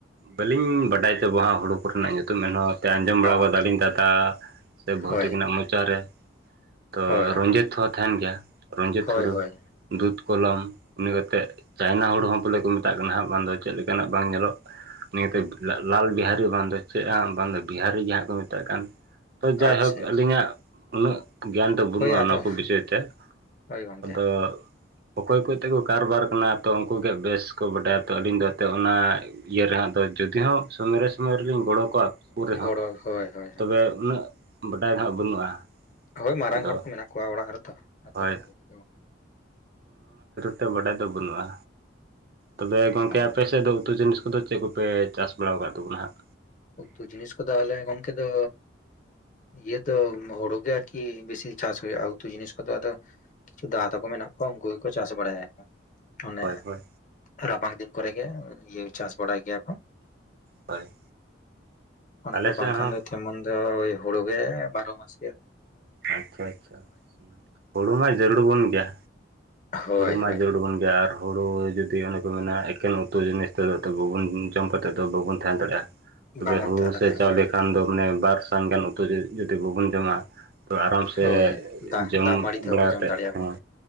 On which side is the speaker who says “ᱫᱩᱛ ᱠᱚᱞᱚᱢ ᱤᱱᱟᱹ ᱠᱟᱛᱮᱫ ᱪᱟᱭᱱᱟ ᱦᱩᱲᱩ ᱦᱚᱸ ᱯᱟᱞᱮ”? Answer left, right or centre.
Right